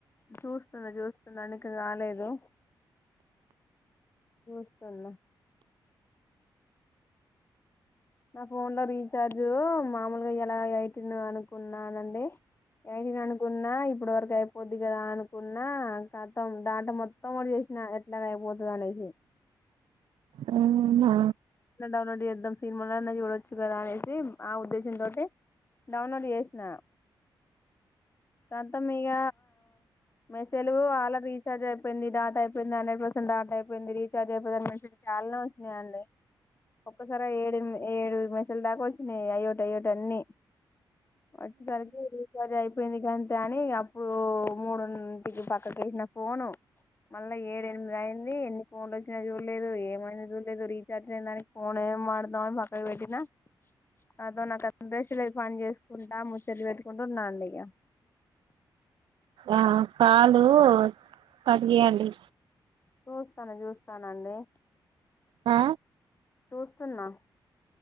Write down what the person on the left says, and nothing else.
చూస్తున్నా చూస్తున్నా అందునికి రాలేదు. చూస్తున్న నా ఫోన్లో రీఛార్జ్ మామూలుగా ఇలా ఎఐటీన్ అనుకున్నానండి. ఎఐటీని అనుకున్నా ఇప్పటి వరకు అయిపోద్ది కదా అనుకున్న, కతం డేటా మొత్తం ఒకటి చేసిన ఎట్లాగ అయిపోతుంది అనేసి.
డౌన్లోడ్ చేద్దాం సినిమాలో చూడవచ్చు కదా అనేసి, ఆ ఉద్దేశంతో డౌన్లోడ్ చేసిన కాతం ఇక మెసేజ అలా రీచార్జ్ అయిపోయింది. డాట అయిపోయింది, హండ్రెడ్ పర్సెంట్ డాట అయిపోయింది. రీచార్జ్ అయిపోయి మసజయాలనే వచ్చినాయిడి ఒక్కసారి ఏడు ఏడు మెసెజు లు దాకవచ్చినాయి అయ్యోటి అయ్యోటి అన్ని వచ్చేసరికి రీఛార్జ్ అయిపోయింది కాంతే అని ఇప్పుడు మూడుంటికి పక్కకిసిన ఫోను మళ్ళా ఏడు ఎనిమిది అయింది ఎన్ని ఫోన్లు వచ్చ. చూడలేదు ఏమైందోచుడలేదు రిఛార్జ్ దానికి కోన ఏ మాడదాం అని పక్కకు పెట్టినా, కాతో నాకు అందరేసిల పని చేసుకుంటా ముచ్చది పెట్టుకుంటూ ఉన్నాండి ఇక
చూస్తాను, చూస్తానండి
చూస్తున్నా